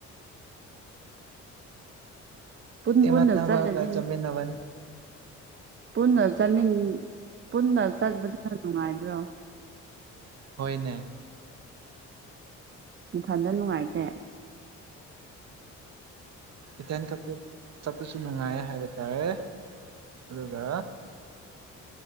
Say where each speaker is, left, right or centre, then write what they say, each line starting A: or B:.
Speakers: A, on the right; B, on the right.
A: ꯄꯨꯟ ꯄꯨꯟꯅ
B: ꯏꯃꯥꯟꯅꯕꯒ
A: ꯆꯠꯂꯗꯤ
B: ꯆꯠꯃꯤꯟꯅꯕꯅꯤ
A: ꯄꯨꯟꯅ ꯆꯠ ꯄꯨꯟꯅ ꯆꯠꯄꯗꯨꯅ ꯅꯨꯡꯉꯥꯏꯕ꯭ꯔꯣ
B: ꯍꯣꯏ ꯅꯦ
A: ꯃꯊꯟꯗ ꯅꯨꯡꯉꯥꯏꯇꯦ
B: ꯏꯊꯟꯊꯛꯇ ꯆꯠꯄꯁꯨ ꯅꯨꯡꯉꯥꯏ ꯍꯥꯏꯕ ꯇꯥꯔꯦ ꯑꯗꯨꯒ